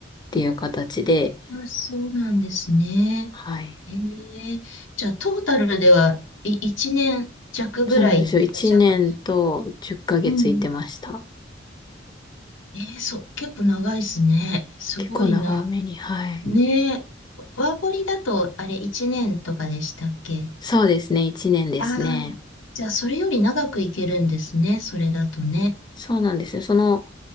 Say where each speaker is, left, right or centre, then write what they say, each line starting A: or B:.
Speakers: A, on the left; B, on the left.
A: ていう形で、
B: うん。あ、そうなんですね。
A: はい。
B: えー、じゃあ、トータルでは、い、1年弱ぐらい行ってらっしゃった。
A: そうなんですよ。1年と10ヶ月行っかげついてました。
B: うんうん。えー、そう、結構長いですね。すごいな。
A: 結構長めに、はい。
B: ねえ、ワーホリだと、あれ、1年とかでしたっけ
A: そうですね。1年ですね。
B: ああー、じゃあ、それより長くいけるんですね、それだとね。
A: そうなんですよ。その、